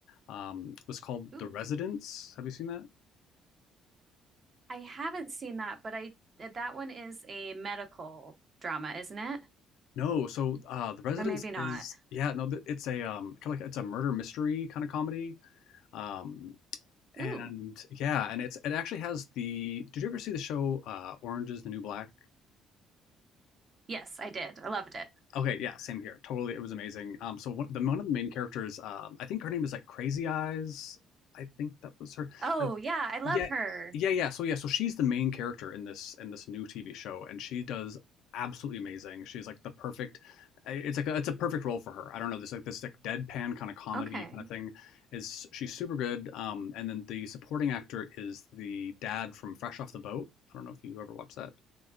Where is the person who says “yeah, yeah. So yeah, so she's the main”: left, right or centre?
Left